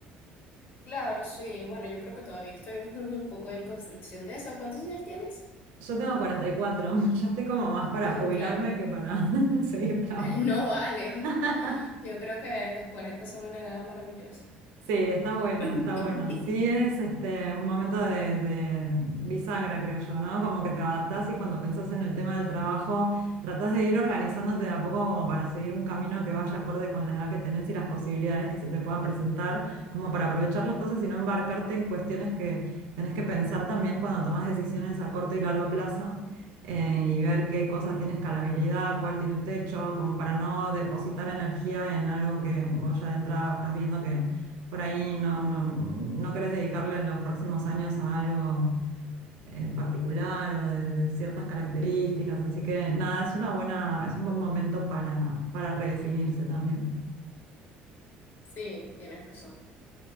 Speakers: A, on the left (about 55°); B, on the right (about 80°).
A: Claro, sí. Bueno, yo creo que todavía estoy <laughs> un poco en construcción de eso. ¿Cuántos años tienes?
B: Yo tengo cuarenta y cuatro <laughs> ya estoy como más para
A: Ujú,
B: jubilarme
A: Claro,
B: que para <laughs> seguir trabajando.
A: <laughs> no vale.
B: <laughs>
A: <laughs> Yo creo que los 40 son una edad maravillosa.
B: Sí, está bueno,
A: <clears throat>
B: está bueno. Sí, es este un momento de, de bisagra, creo yo, ¿no? Como que te adaptás y cuando pensás en el tema del trabajo, tratás de ir organizándote de a poco como para seguir un camino que vaya acorde con la edad que tenés y las posibilidades que se te puedan presentar, como para aprovechar las cosas y no embarcarte en cuestiones que tenés que pensar también cuando tomás decisiones a corto y largo plazo. eh, y ver qué cosa tiene escalabilidad, cuál tiene un techo, como para no depositar energía en algo que vos ya de entrada estás viendo que por ahí no, no, no querés dedicarle los próximos años a algo en particular o de, de ciertas características. Así que nada, es una buena, es un buen momento para, para redefinirse también.
A: Sí, tienes razón.